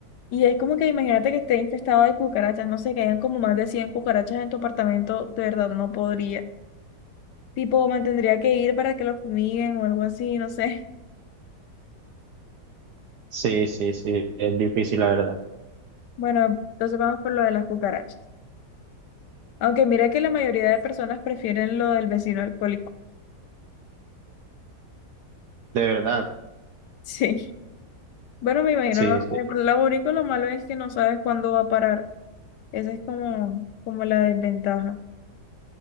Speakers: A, on the left (about 75°); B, on the right (about 70°).
A: y es como que imagínate que esté infestado de cucarachas, no sé, que hayan como más de 100 cucarachas en tu apartamento, de verdad no podría. Tipo, me tendría que ir para que lo fumiguen o algo así, no sé. <laughs>
B: Sí, sí, sí, es difícil, la verdad.
A: Bueno, entonces vamos por lo de las cucarachas. Aunque mira que la mayoría de personas prefieren lo del vecino alcohólico. <laughs>
B: De verdad,
A: Sí. Bueno, me imagino,
B: sí,
A: no
B: sí.
A: sé, pero lo único, lo malo es que no sabes cuándo va a parar. Esa es como, como la desventaja.